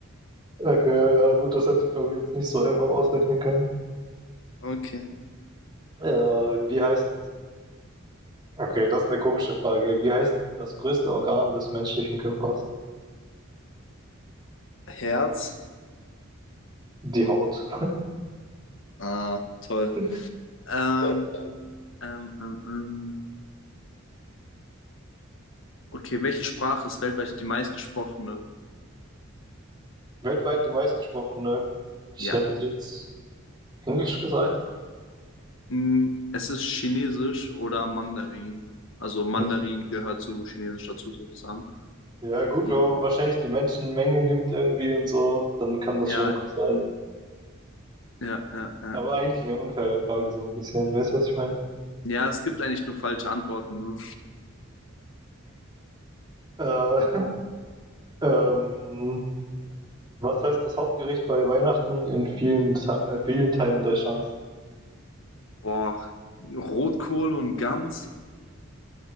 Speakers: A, on the right; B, on the left.
A: Okay, ja, gut, das hätte ich glaube ich jetzt nicht so einfach ausrechnen können.
B: Okay.
A: Ja. wie heißt. Okay, das ist eine komische Frage. Wie heißt das größte Organ des menschlichen Körpers?
B: Herz.
A: Die Haut.
B: Ah, toll.
A: <laughs>
B: Ähm, ähm, ähm, ähm. Okay, welche Sprache ist weltweit die meistgesprochene?
A: Weltweit die meistgesprochene. Ich
B: Ja.
A: hätte jetzt Englisch gesagt.
B: Mm, Es ist Chinesisch oder Mandarin. Also Mandarin
A: Ja,
B: gehört zu Chinesisch dazu sozusagen.
A: Ja, gut,
B: Ja,
A: wenn man wahrscheinlich die Menschenmenge nimmt irgendwie und so, dann kann das
B: ja,
A: schon gut sein.
B: ja, ja. Ja,
A: Aber eigentlich eine unfaire Frage, so ein bisschen. Weißt du, was ich meine?
B: Ja, es gibt eigentlich nur falsche Antworten. Ne?
A: Äh, <laughs> ähm, was heißt das Hauptgericht bei Weihnachten in vielen, Te- äh, vielen Teilen Deutschlands?
B: Boah, Rotkohl und Gans,